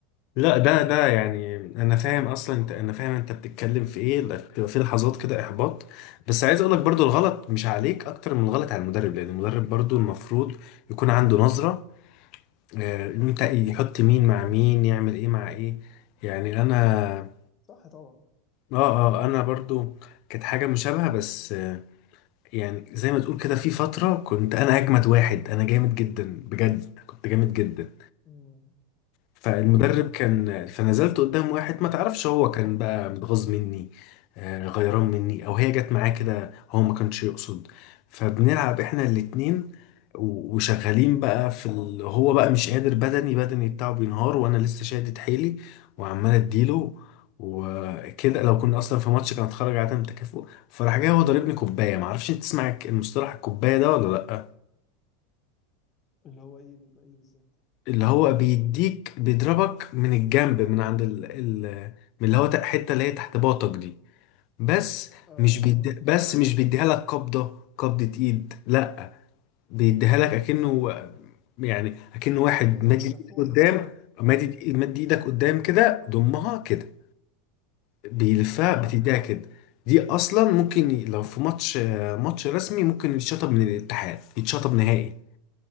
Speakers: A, on the left; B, on the left.
A: لا ده ده يعني انا فاهم اصلا انت انا فاهم انت بتتكلم في ايه لا، بتبقى في لحظات كده احباط بس عايز اقول لك برضو الغلط مش عليك اكتر من الغلط على المدرب لان المدرب برضو المفروض يكون عنده نظرة آه، انت يحط مين مع مين يعمل ايه مع ايه يعني انا
B: صح طبعا
A: اه اه آه، انا برضو كانت حاجه مشابهه بس آه، يعني زي ما تقول كده في فتره كنت انا اجمد واحد انا جامد جدا بجد كنت جامد جدا
B: مم.
A: فالمدرب كان فنزلت قدام واحد ما تعرفش هو كان بقى متغاظ مني آه، غيران مني او هي جت معاه كده هو ما كانش يقصد فبنلعب احنا الاتنين و- وشغالين بقى
B: مم.
A: في ال... هو بقى مش قادر بدني بدني بتاعه بينهار وانا لسه شادد حيلي وعمال اديله وكده لو كنا اصلا في ماتش كان اتخرج عدم تكافؤ فراح جاي هو ضاربني كوبايه ما اعرفش انت تسمع المصطلح الكوبايه ده ولا لا
B: اللي هو ايه بيبقى ايه بالظبط
A: اللي هو بيديك بيضربك من الجنب من عند ال... ال... من اللي هو تق- حته اللي هي تحت باطك دي بس
B: اه
A: مش بيدي...
B: اه ايوه
A: بس
B: ايوه
A: مش بيديها لك قبضه قبضه ايد لا بيديها لك اكنه يعني اكنه واحد
B: فاتح
A: مادي
B: كفه
A: ايدك
B: ولا
A: قدام
B: ايه
A: مادي مادي ايدك قدام كده ضمها كده بيلفها
B: اه
A: بتديها كده دي اصلا ممكن ي- لو في ماتش ماتش رسمي ممكن يتشطب من الاتحاد يتشطب نهائي